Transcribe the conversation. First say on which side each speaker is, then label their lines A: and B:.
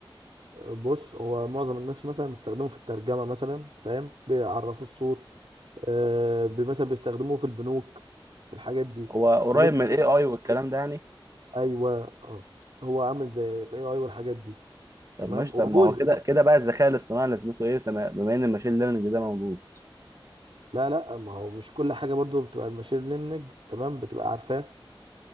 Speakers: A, on the right (about 80°); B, on the right (about 40°).
A: آه، بص هو معظم الناس مثلا بيستخدموه في الترجمه مثلا فاهم بيعرفوا الصوت آه بي- مثلا بيستخدموه في البنوك في الحاجات دي
B: هو قريب
A: في نتفليكس
B: من الاي اي
A: واليوتيوب.
B: والكلام ده يعني
A: ايوه اه هو عامل زي الاي اي والحاجات دي
B: طب
A: تمام
B: ماشي
A: هو
B: طب
A: جزء
B: ما هو كده كده بقى الذكاء الاصطناعي لازمته ايه تما- بما ان الماشين ليرنينج ده موجود
A: لا لا ما هو مش كل حاجه برضو بتبقى الماشين ليرنينج تمام بتبقى عارفاه